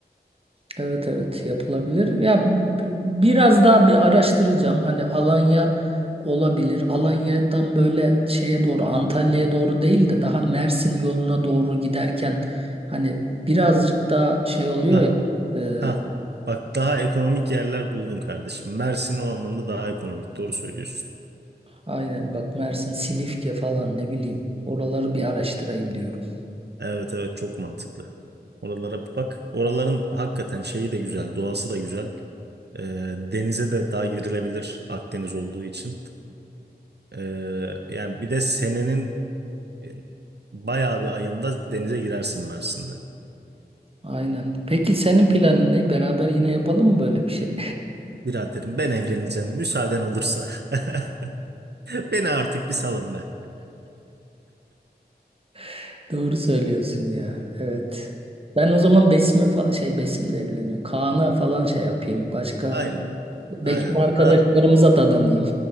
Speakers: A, on the right; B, on the right.
A: Evet evet yapılabilir. Ya b- biraz daha bir araştıracağım. Hani Alanya olabilir. Alanya'dan böyle şeye doğru Antalya'ya doğru değil de daha Mersin yoluna doğru giderken hani birazcık daha şey oluyor
B: Ha
A: ya e,
B: ha. Bak daha ekonomik yerler buldun kardeşim. Mersin o anlamda daha ekonomik. Doğru söylüyorsun.
A: Aynen bak Mersin, Silifke falan ne bileyim. Oraları bir araştırayım diyorum.
B: Evet evet çok mantıklı. Oralara bir bak. Oraların hakikaten şeyi de güzel, doğası da güzel. E, denize de daha girilebilir Akdeniz olduğu için. E, yani bir de senenin e, bayağı bir ayında denize girersin Mersin'de.
A: Aynen. Peki senin planın ne? Beraber yine yapalım mı böyle bir şey?
B: Biraderim ben evleneceğim müsaaden olursa. <laughs> Beni artık bir salın be.
A: <laughs> Doğru söylüyorsun ya. Evet. Ben o zaman Besim'e fa- şey Besim de evleniyor. Kaan'a falan şey yapayım. Başka
B: Aynen.
A: bekar
B: Aynen.
A: arkadaşlarımıza
B: Daha,
A: dadanayım.